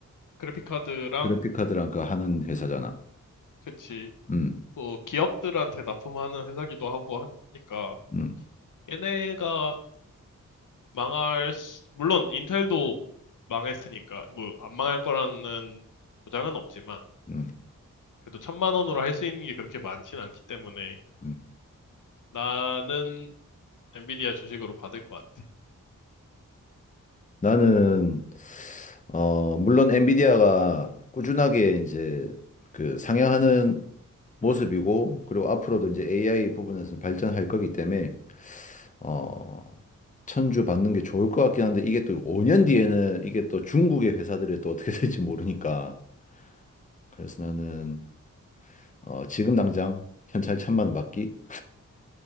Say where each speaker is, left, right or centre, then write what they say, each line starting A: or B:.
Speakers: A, on the left (about 70°); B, on the left (about 25°).
A: 그래픽카드랑
B: 그래픽 카드랑 그 하는 회사잖아.
A: 그치.
B: 음.
A: 또 기업들한테 납품하는 회사기도 하고 하니까
B: 음.
A: 얘네가 망할 수- 물론 인텔도 망했으니까 뭐 안 망할 거라는 보장은 없지만
B: 음.
A: 그래도 천만 원으로 할 수 있는 게 그렇게 많진 않기 때문에
B: 음.
A: 나는 엔비디아 주식으로 받을 것 같아.
B: 나는 어, 물론 엔비디아가 꾸준하게 이제 그 상향하는 모습이고, 그리고 앞으로도 이제 AI 부분에서 발전할 거기 때문에, 어, 천주 받는 게 좋을 것 같긴 한데, 이게 또 5년 뒤에는 이게 또 중국의 회사들이 또 어떻게 <laughs> 될지 모르니까. 그래서 나는, 어, 지금 당장 현찰 천만 원 받기?